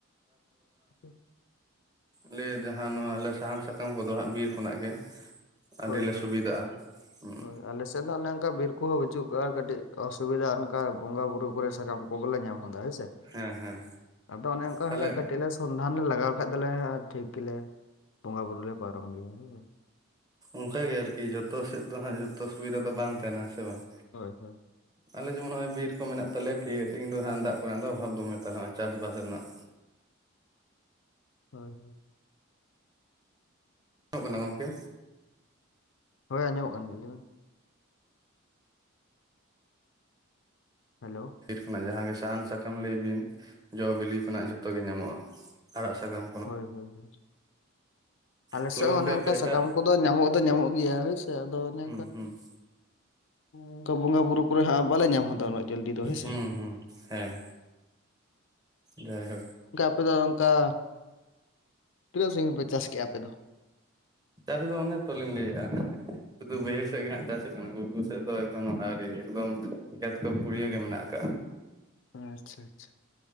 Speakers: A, on the left (about 60°); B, on the right (about 20°).
A: <unintelligible>
B: ᱞᱟᱹᱭ ᱡᱟᱦᱟᱸ ᱱᱚᱣᱟ ᱟᱞᱮ ᱥᱟᱦᱟᱱ ᱥᱟᱠᱟᱢ ᱠᱚᱫᱚ ᱦᱟᱸᱜ ᱵᱤᱨ ᱠᱷᱚᱱᱟᱜ ᱜᱮ᱾ ᱟᱹᱰᱤᱞᱮ
A: ᱦᱳᱭ
B: ᱥᱩᱵᱤᱫᱷᱟᱜᱼᱟ
A: ᱦᱳᱭ,
B: ᱦᱩᱸ
A: ᱦᱳᱭ ᱟᱞᱮᱥᱮᱫ ᱫᱚ ᱚᱱᱮ ᱚᱱᱠᱟ ᱵᱤᱨᱼᱼ ᱠᱚᱭ ᱦᱡᱩᱜ ᱠᱚᱼᱟ ᱠᱟᱹᱴᱤᱡ ᱚᱥᱩᱵᱤᱫᱟ ᱚᱱᱠᱟ ᱵᱚᱸᱜᱟ ᱵᱩᱨᱩ ᱠᱚᱨᱮ ᱥᱟᱠᱟᱢ ᱠᱩ ᱵᱟᱞᱮ ᱧᱟᱢ ᱦᱚᱫᱟ ᱦᱳᱭ ᱥᱮ᱾
B: ᱦᱮᱸ ᱦᱮᱸ
A: ᱟᱫᱚ ᱚᱱᱮ ᱚᱱᱠᱟ
B: ᱛᱟᱦᱚᱞᱮ
A: ᱦᱚᱞᱮ ᱠᱟᱹᱴᱤᱡ ᱞᱮ ᱥᱚᱱᱫᱷᱟᱱ ᱞᱮ ᱞᱟᱜᱟᱣ ᱠᱷᱟᱡ ᱫᱚᱞᱮ ᱴᱷᱤᱠ ᱜᱮᱞᱮᱼᱼ ᱵᱩᱜᱟᱵᱩᱨᱩᱨᱞᱮ ᱯᱟᱨᱚᱢᱜᱮᱭᱟ ᱦᱳᱭ ᱥᱮ
B: ᱩᱱᱠᱟᱜᱤ ᱟᱨᱠᱤ ᱡᱚᱛᱚ ᱥᱮᱫ ᱫᱚ ᱦᱟᱜ ᱡᱚᱛᱚ ᱥᱩᱵᱤᱫᱷᱟ ᱫᱚ ᱵᱟᱝ ᱛᱟᱦᱮᱱᱟ ᱥᱮ ᱵᱟᱝ?
A: ᱦᱳᱭ ᱦᱳᱭ᱾
B: ᱟᱞᱮ ᱡᱮᱢᱚᱱ ᱱᱚᱜᱼᱚᱭ ᱵᱤᱨ ᱠᱩ ᱢᱮᱱᱟᱜ ᱛᱟᱞᱮ ᱴᱷᱤᱠ ᱟᱪᱷᱮ ᱠᱤᱱᱛᱩ ᱦᱮᱸ‌ ᱫᱟᱜ ᱠᱚᱨᱮᱱᱟᱜ ᱫᱚ ᱚᱵᱷᱟᱵᱽ ᱫᱚᱢᱮ ᱛᱟᱞᱮ ᱦᱚᱜᱼᱚᱭ ᱪᱟᱥᱵᱟᱥ ᱨᱮᱱᱟᱜᱼᱼ
A: ᱦᱳᱭ ᱦᱳᱭ᱾
B: ᱠᱟᱱᱟ ᱜᱚᱝᱠᱮ?
A: ᱦᱳᱭ ᱟᱸᱡᱚᱢᱚᱜ ᱠᱟᱱ ᱜᱮᱭᱟ ᱞᱟᱹᱭᱵᱮᱱ᱾ ᱦᱮᱞᱳ᱾
B: ᱠᱷᱚᱱᱟᱜ ᱡᱟᱦᱟᱸ ᱜᱮ ᱥᱟᱦᱟᱱ ᱥᱟᱠᱟᱢ ᱞᱟᱹᱭ ᱵᱤᱱ ᱡᱚ ᱵᱤᱞᱤ ᱠᱷᱚᱱᱟᱜ ᱡᱷᱚᱛᱚ ᱜᱮ ᱧᱟᱢᱚᱜᱼᱟ, ᱟᱲᱟᱜ ᱥᱟᱠᱟᱢᱼᱼ
A: ᱦᱳᱭ ᱦᱳᱭ ᱦᱳᱭ᱾ ᱟᱞᱮᱥᱮᱜ
B: ᱛᱟᱦᱚᱞᱮ
A: ᱦᱚᱸ
B: ᱜᱚᱝᱠᱮ
A: ᱚᱱᱮ ᱚᱱᱠᱟ
B: ᱟᱯᱮ ᱮᱴᱟᱜ
A: ᱥᱟᱠᱟᱢ ᱠᱚᱫᱚ ᱧᱟᱢᱚᱜ ᱫᱚ ᱧᱟᱢᱚᱜ ᱜᱮᱭᱟ ᱦᱳᱭᱥᱮ᱾ ᱟᱫᱚ ᱚᱱᱮᱼᱼ
B: ᱩᱸ ᱦᱩᱸ᱾
A: ᱚᱱᱠᱟ ᱵᱚᱸᱜᱟᱼᱵᱩᱨᱩ ᱠᱚᱨᱮ ᱦᱟᱸᱜ ᱵᱟᱞᱮ ᱧᱟᱢ ᱦᱚᱫᱟ ᱩᱱᱟᱹᱜ ᱡᱚᱞᱫᱤ ᱫᱚ ᱦᱮᱸᱥᱮ᱾
B: ᱦᱩᱸ ᱦᱩᱸ ᱦᱮᱸ ᱡᱟᱭᱦᱳᱠ᱾
A: ᱟᱯᱮ ᱫᱚ ᱚᱝᱠᱟᱼᱼ ᱛᱤᱱᱟᱹᱜ ᱥᱟᱺᱜᱤᱧ ᱯᱮ ᱪᱟᱥᱠᱮᱜᱼᱟ ᱟᱯᱮ ᱫᱚ?
B: ᱪᱟᱥᱤ ᱫᱚ ᱚᱱᱮ ᱛᱚ ᱞᱤᱧ ᱞᱟᱹᱭᱮᱜᱼᱟ᱾ ᱥᱩᱫᱩ ᱵᱟᱹᱭᱦᱟᱹᱲ ᱥᱮᱫ ᱜᱮ ᱦᱟᱸᱜ ᱪᱟᱥ ᱦᱩᱭᱩᱜ ᱠᱟᱱᱟ, ᱜᱩᱴᱩ ᱥᱮᱜ ᱫᱚ ᱮᱠᱷᱚᱱᱳ ᱟᱨᱤ ᱮᱠᱫᱚᱢ ᱠᱷᱮᱛ ᱠᱚ ᱯᱩᱲᱭᱟᱹ ᱜᱮ ᱢᱮᱱᱟᱜ ᱟᱠᱟᱟᱜᱼᱟ᱾
A: ᱟᱪᱪᱷᱟ ᱟᱪᱪᱷᱟ,